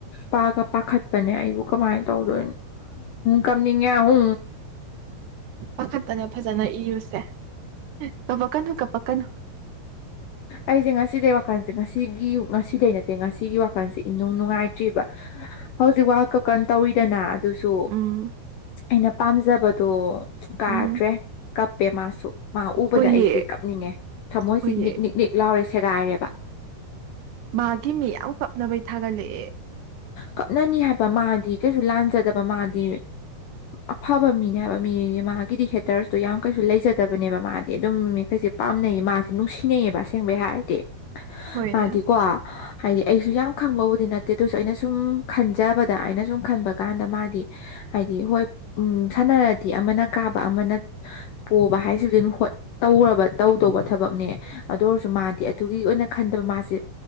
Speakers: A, on the left; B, on the right.
A: ꯄꯥꯒ ꯄꯥꯈꯠꯄꯅꯦ ꯑꯩꯕꯨ ꯀꯃꯥꯏꯅ ꯇꯧꯗꯣ ꯀꯝꯅꯤꯡꯉ ꯎ
B: ꯄꯥꯈꯠꯇꯅꯦ ꯐꯖꯅ ꯏꯔꯨꯁꯦ ꯀꯄꯛꯀꯅꯨ ꯀꯄꯛ ꯀꯅꯨ
A: ꯑꯩꯁꯦ ꯉꯁꯤꯗꯤꯦ ꯋꯥꯈꯜꯁꯦ ꯉꯁꯤ ꯉꯁꯤꯗꯩ ꯅꯠꯇꯦ ꯉꯁꯤꯒꯤ ꯋꯥꯈꯜꯁꯦ ꯏꯅꯨꯡ ꯅꯨꯡꯉꯥꯏꯇ꯭ꯔꯤꯕ ꯍꯧꯖꯤꯛ ꯋꯥꯔꯜ ꯀꯞ ꯇꯧꯋꯤꯗꯅ ꯑꯗꯨꯁꯨ
B: ꯎꯝ
A: ꯑꯩꯅ ꯄꯥꯝꯖꯕꯗꯣ ꯀꯥꯗ꯭ꯔꯦ
B: ꯎꯝ
A: ꯀꯞꯄꯦ ꯃꯥꯁꯨ ꯃꯥ ꯎꯕꯗ
B: ꯍꯣꯏꯌꯦ
A: ꯑꯩꯁꯤꯦ ꯀꯞꯅꯤꯡꯉꯦ ꯊꯝꯃꯣꯏꯁꯤ
B: ꯍꯣꯏꯌꯦ
A: ꯅꯤꯛ ꯅꯤꯛ ꯅꯤꯛ ꯂꯥꯎꯔꯦ ꯁꯦꯒꯥꯏꯔꯦꯕ
B: ꯃꯥꯒꯤ ꯃꯤ ꯌꯥꯝ ꯀꯞꯅꯕꯩ ꯊꯥꯒꯠꯂꯛꯑꯦ
A: ꯀꯞꯅꯅꯤ ꯍꯥꯏꯕ ꯃꯥꯗꯤ ꯀꯩꯁꯨ ꯂꯥꯟꯖꯗꯕ ꯃꯥꯗꯤ ꯑꯐꯕ ꯃꯤꯅꯤ ꯍꯥꯏꯕ ꯃꯤ ꯃꯥꯒꯤꯗꯤ ꯍꯦꯇꯔꯁꯇꯣ ꯌꯥꯝ ꯀꯩꯁꯨ ꯂꯩꯖꯗꯕꯅꯦꯕ ꯃꯥꯗꯤ ꯑꯗꯨꯝ ꯃꯤ ꯃꯤꯈꯩꯁꯦ ꯄꯥꯝꯅꯩꯌꯦ ꯃꯥꯁꯦ ꯅꯨꯡꯁꯤꯅꯩꯌꯦꯕ ꯍꯥꯏꯔ
B: ꯍꯣꯏꯅꯦ
A: ꯃꯥꯣ ꯍꯥꯏꯗꯤ ꯑꯩꯁꯨ ꯌꯥꯝ ꯈꯪꯕꯕꯨꯠꯇꯦ ꯗꯦꯠꯇꯨꯁꯨ ꯑꯩꯅ ꯁꯨꯝ ꯈꯟꯖꯕꯗ ꯑꯩꯅ ꯁꯨꯝ ꯈꯟꯕ ꯀꯥꯟꯗ ꯃꯥꯗꯤ ꯍꯥꯏꯗꯤ ꯍꯣꯏ ꯎ ꯈꯠꯅꯔꯗꯤ ꯑꯃꯅ ꯀꯥꯕ ꯑꯃꯅ ꯄꯣꯕ ꯍꯥꯏꯁꯤ ꯑꯗꯨꯝ ꯇꯧꯔꯕ ꯇꯧꯗꯧꯕ ꯊꯕꯛꯅꯦ ꯑꯗꯨ ꯑꯣꯏꯔ ꯑꯗꯨꯒꯤ ꯑꯣꯏꯅ ꯈꯟꯕ ꯃꯥꯁ